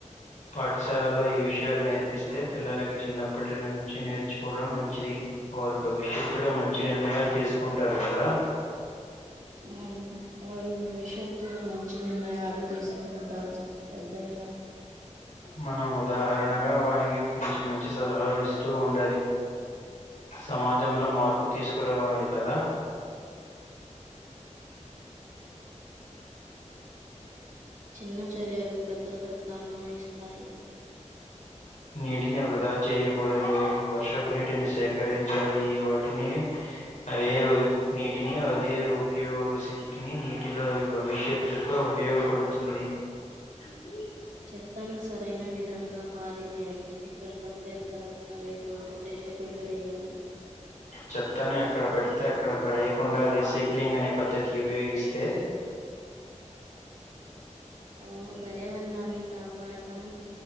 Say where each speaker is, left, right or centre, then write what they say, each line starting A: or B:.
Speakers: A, on the left; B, on the right.
A: పాఠశాలల్లో ఈ విషయాలు నేర్పిస్తే పిల్లకి చిన్నప్పటి నుంచి నేర్చుకోవడం మంచిది వారు భవిష్యత్తులో మంచి నిర్ణయాలు తీసుకుంటారు కదా
B: అవును వారు భవి ష్యత్తులో మంచి నిర్ణయాలు తీసుకుంటారు పెద్దయ
A: మనం ఉదాహరణగా వారి కి మంచి మంచి సలహాలు ఇస్తూ ఉండాలి సమాజంలో మార్పు తీసు కురావాలి కదా
B: చిన్న చర్యలు పెద్ద ఫలితాలను ఇస్తాయి
A: నీటిని వృధా చెయకూడదు వర్షపు నీటిని సేకరించాలి వాటిని అదే <unintelligible> నీ టిని అదే ఉపయోగశక్తిని నీటిలో అవి భవిష్యత్తుగా ఉపయోగపడుతుంది అకే
B: చెత్తను సరైన విధంగా పారేయ్య లి ఎక్కడ పడితే అక్కడ పాడయ్యకూడదు డస్ట్బిన్లో వేయాలి
A: చెత్తని ఎక్కడ పడితే అక్కడ పడేయకుండా రీసైక్లింగ్ అనే పద్ధతి యుపయోగిస్తే
B: అవును పర్యావణాన్ని కాపాడటం